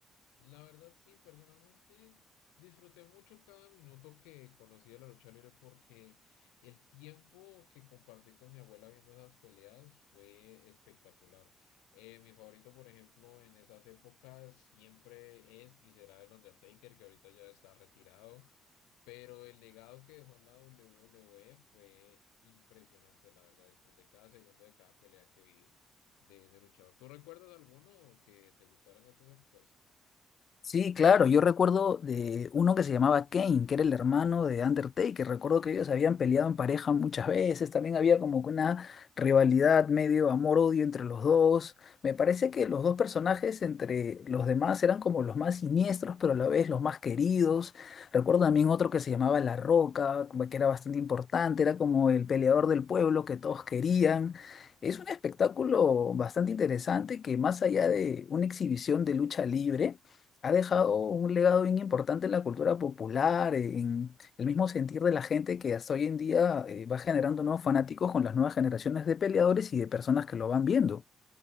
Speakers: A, on the left (about 80°); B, on the left (about 50°).
A: La verdad, sí, personalmente disfruté mucho cada minuto que conocí de la lucha libre porque el tiempo que compartí con mi abuela viendo esas peleas fue espectacular. Eh, mi favorito, por ejemplo, en esas épocas siempre es y será el Undertaker, que ahorita ya está retirado, pero el legado que dejó en la WWE fue impresionante, la verdad, disfruté cada segundo de cada pelea que vi de ese luchador. ¿Tú recuerdas alguno que te gustara en esas épocas?
B: Sí, claro, yo recuerdo de uno que se llamaba Kane, que era el hermano de Undertaker. Recuerdo que ellos habían peleado en pareja muchas veces, también había como que una rivalidad medio amor-odio entre los dos. Me parece que los dos personajes entre los demás eran como los más siniestros, pero a la vez los más queridos. Recuerdo también otro que se llamaba La Roca, como que era bastante importante, era como el peleador del pueblo que todos querían. Es un espectáculo bastante interesante que más allá de una exhibición de lucha libre, ha dejado un legado bien importante en la cultura popular, en el mismo sentir de la gente que hasta hoy en día eh, va generando nuevos fanáticos con las nuevas generaciones de peleadores y de personas que lo van viendo.